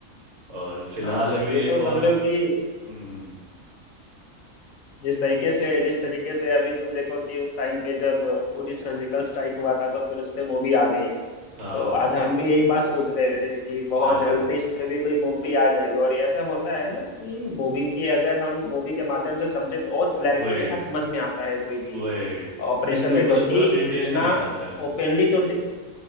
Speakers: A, on the right; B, on the left.
A: और फिलहाल
B: हाँ
A: अभी
B: ये
A: एक
B: तो
A: और
B: समझो कि
A: हम्म हम्म,
B: जिस तरीके से जिस तरीके से अभी तुम देखो कि उस टाइम पे जब उरी सर्जिकल स्ट्राइक हुआ था तो फिर उस पे मूवी आ गई
A: हाँ
B: तो आज हम भी यही बात सोच रहे थे कि बहुत
A: हाँ
B: जल्दी
A: हाँ।
B: इस पे भी कोई मूवी आ जाएगी और ऐसा होता है ना कि मूवी के अगर हम मूवी के माध्यम से समझे तो और क्लैरिटी
A: वही
B: के साथ समझ में आता है कोई भी
A: वही
B: ऑपरेशन
A: क्योंकि
B: वे
A: वो
B: क्योंकि
A: लोग थोड़ा डिटेल
B: इतना
A: में दिखाते हैं
B: ओपनली तो डि-